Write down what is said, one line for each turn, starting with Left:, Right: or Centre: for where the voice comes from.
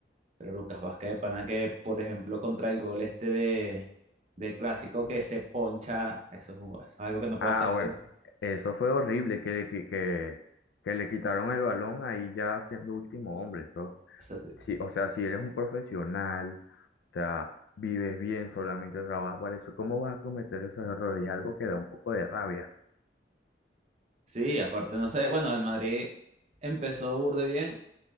Right: Pero Lucas Vázquez de Pana que, por ejemplo, contra el gol este de, del clásico que se poncha, eso es, un- es algo que no puede
Left: Ah,
Right: hacer.
Left: bueno,
Right: O
Left: eso fue horrible, que, le qui- que, que le quitaron el balón ahí ya siendo último hombre, eso,
Right: te-
Left: sí, o sea, si eres un profesional, o sea, vives bien, solamente trabajas para eso, ¿cómo vas a cometer esos errores? Es algo que da un poco de rabia.
Right: Sí, aparte, no sé, bueno, el Madrid empezó burde bien,